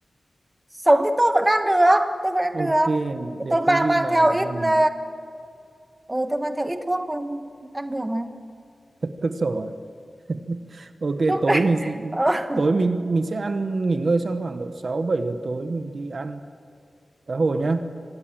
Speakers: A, on the right (about 20°); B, on the right (about 60°).
A: sống thì tôi vẫn ăn được tôi vẫn ăn được
B: ok để
A: tôi mang
B: tôi ghi
A: mang
B: lại
A: theo
B: ừ.
A: ít ờ, ừ, tôi mang theo ít thuốc ừ, ăn được mà
B: Thực sổ à? <laughs> Ok
A: thuốc
B: tối
A: <laughs>
B: mình
A: Ờ,
B: tối mình mình sẽ ăn nghỉ ngơi xong khoảng độ 6 7 giờ tối mình đi ăn cá hồi nhá.